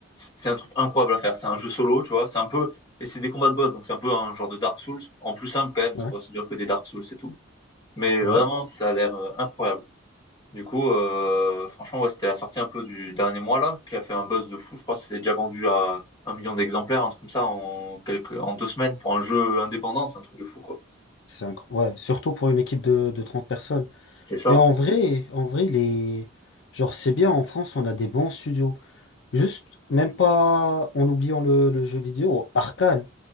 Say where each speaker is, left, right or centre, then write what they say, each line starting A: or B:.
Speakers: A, on the left; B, on the left.
A: c'est un truc incroyable à faire. C'est un jeu solo, tu vois. C'est un peu et c'est des combats de boss, donc c'est un peu un genre de Dark Souls en plus simple quand même.
B: ouais,
A: C'est pas aussi dur que des Dark Souls et tout. Mais
B: ouais.
A: vraiment, ça a l'air euh, incroyable. Du coup, euh, franchement, ouais, c'était la sortie un peu du dernier mois là, qui a fait un buzz de fou. Je crois que c'est déjà vendu à un million d'exemplaires, un truc comme ça, en quelques, en deux semaines pour un jeu indépendant, c'est un truc de fou quoi.
B: C'est inc- ouais, surtout pour une équipe de, de 30 personnes.
A: C'est ça.
B: Et en vrai, en vrai, les, genre, c'est bien, en France, on a des bons studios. Juste, même pas en oubliant le, le jeu vidéo, Arkane.